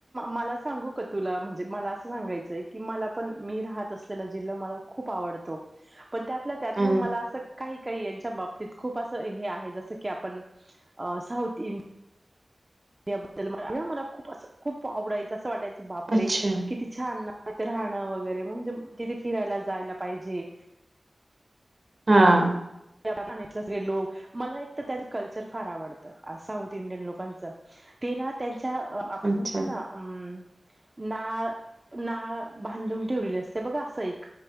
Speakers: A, on the right; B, on the right.
A: मला सांगू का तुला म्हणजे मला असं सांगायचंय की मला पण मी मी राहत असलेले जिलों मला खूप आवडतो पण त्यातल्या त्यात
B: अ
A: ना मला असं काही काही याच्याबतीत खूप अस हे आहे जस की आपण अ साउथ इं याबद्दल मला या मला खूप अस खूप आवडायचं असं वाटायचं बापरे!
B: अच्छा.
A: किती छान ना अ ते राहणं वगैरेग म्हणजे तिथे फिरायला जायला पाहिजे
B: हा.
A: याला पाहण्यातले सगळे लोक मला एक तर त्याच कल्चर फार आवडतं, साऊथ इंडियन लोकांच तेना त्यांच्या आपण
B: अच्छा.
A: म्हणतो ना अम नाळ नाळ बांधून ठेवलेली असते बघ असं एक